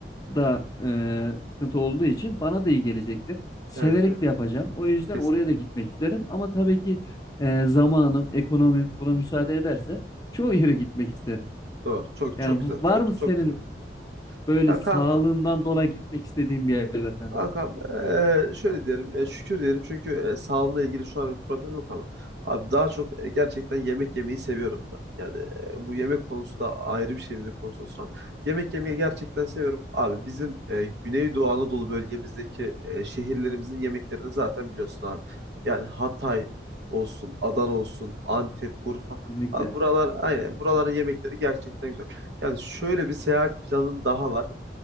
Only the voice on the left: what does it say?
da e, sıkıntı olduğu için bana da iyi gelecektir. Severek
de yapacağım. O yüzden
oraya da gitmek isterim. Ama tabii ki e, zamanım, ekonomim buna müsaade ederse çoğu yere gitmek isterim.
Yani
v-
var mı senin
böyle
sağlığından
dolayı gitmek istediğin bir yerler kanka?
Kesinlikle.